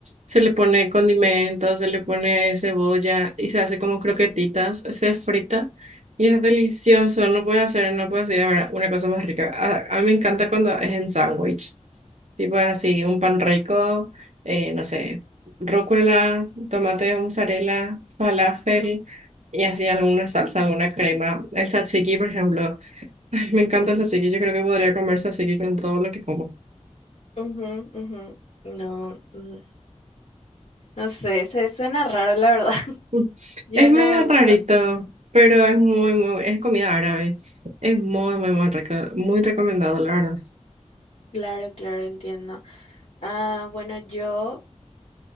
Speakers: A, on the right; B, on the left.
A: se le pone condimentos, se le pone cebolla y se hace como croquetitas, se frita y es delicioso. No puede hacer, no puede hacer, ahora una cosa más rica. A, a mí me encanta cuando es en sándwich, tipo es así, un pan rico, eh, no sé, rúcula, tomate, mozzarella, falafel
B: ujú,
A: y así alguna salsa, alguna crema. El tzatziki, por ejemplo. Ay, me encanta el tzatziki, yo creo que podría comer tzatziki con todo lo que como.
B: ujú, ujú. No, mm, no sé, se suena raro, la verdad. <laughs>
A: Mm.
B: Yo
A: Es
B: no,
A: medio
B: no-
A: rarito, pero es muy, muy, es comida árabe. Es muy, muy, muy rico, muy recomendado, la verdad.
B: claro, claro, entiendo. Ah, bueno, yo